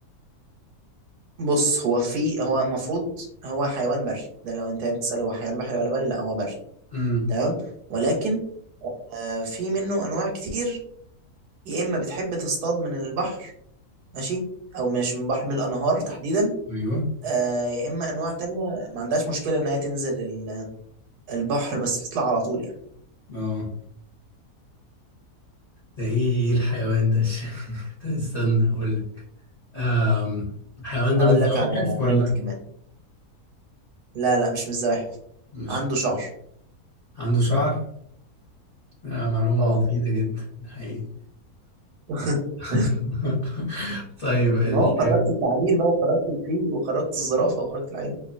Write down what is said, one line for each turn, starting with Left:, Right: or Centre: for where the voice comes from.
Right: <laughs> بص هو في هو المفروض هو حيوان بري ده لو أنت بتسأل هو حيوان بحري ولا بري لا هو بري
Left: امم
Right: تمام ولكن آه، في منه أنواع كتير يا إما بتحب تصطاد من البحر ماشي أو مش من البحر من الأنهار تحديدا
Left: ايوه
Right: آه، يا إما أنواع تانية ما عندهاش مشكلة إن هي تنزل ال- البحر بس تطلع على طول
Left: اه ده ايه إيه الحيوان ده <laughs> ده استنى اقول لك أم، الحيوان ده
Right: اقول
Left: من الزواحف
Right: لك على
Left: ولا
Right: هنت كمان لا لا مش متزوحف
Left: مش
Right: عنده
Left: من-
Right: شعر
Left: عنده شعر آه، معلومة
Right: اه
Left: مفيدة جدا حقيقي
Right: <laughs>
Left: <laughs> طيب الحيوان
Right: ما هو خرجت التعابين بقى وخرجت الفيل وخرجت الزرافة وخرجت العين